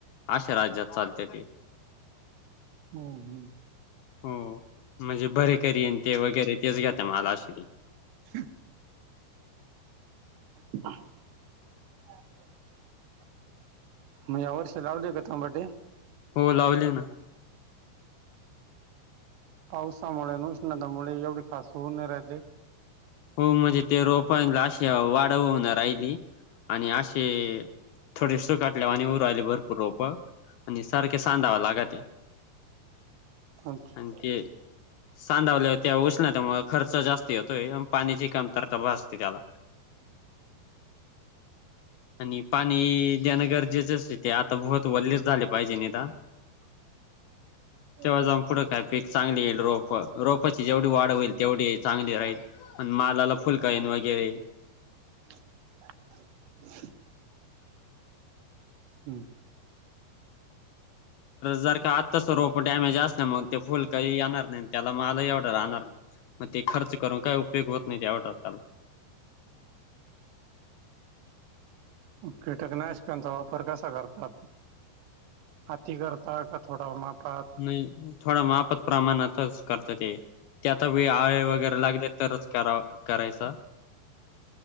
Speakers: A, on the left; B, on the right.
A: अशा राज्यात चालते ते.
B: हूं हूं!
A: हो म्हणजे बरेकरी येन ते वगैरे तेच घेता माल असे ते.
B: <unintelligible> <inaudible> <unintelligible> मग या वर्षी लावलेय का तमाटे?
A: हो लावले ना
B: पावसामुळे उष्णतामुळे एवढी खास होऊ न राहिली
A: हो म्हणजे ते रोपायनला अशी वाढ होऊ नाही राहिली. आणि अशी थोडी सुखटल्या आणि हूं राहिले भरपूर रोप. आणि सारख्या सांधाव लागत्या.
B: हम्म
A: आणि ते सांधावल्या हो त्या उष्णता मूळ खत खर्च जास्त येतोय न पाण्याची कमतरता भासते त्याला. आणि पाणी देणं गरजेचं च ते आता भोत वल्लेच झाले पाहिजे नेता
B: <inaudible>
A: तेव्हा जाऊन पुढं काय पीक चांगली येईल, रोपं रोपाची, जेवढी वाढ होईल तेवढी चांगली राहील मालाला फुलकाईन वगैरे
B: <unintelligible> हूं!
A: जर का आत्ताच रोप डॅमेज असल्यामुळे, ते फुल काही येणार नाही, त्याला माल एवढं राहणार नाही. म ते खर्च करून काय उपयोग होत नाही, ते आवटत आपला.
B: कीटक नाशकांचा वापर कसा करता आपण, आती करता का थोडा मापात
A: नाही थोडा माफत प्रमाणातच करत ते त्यात वे आळे वगैरे लागले तरच करा करायचा.